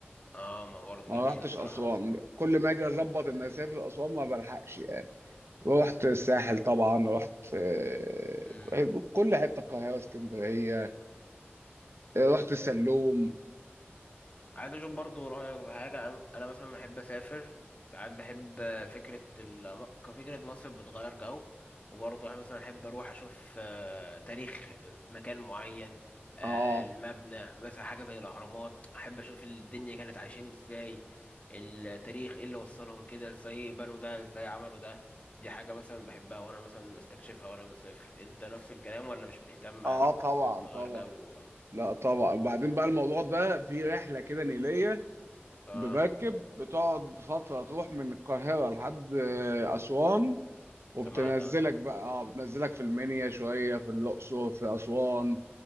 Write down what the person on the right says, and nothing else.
ما
رحتش
اسوان
كل ما اجي اظبط ان اسافر اسوان ما بلحقش ورحت الساحل طبعا رحت آه،
كل حته القاهره اسكندريه آه، رحت السلوم
اه
اه
طبعا
طبعا
لا طبعا بعدين بقى الموضوع ده في رحله كده نيليه
بمركب بتقعد فتره تروح من القاهره لحد آه، اسوان وبتنزلك
بقى اه بتنزلك في المنيا شويه في الاقصر في اسوان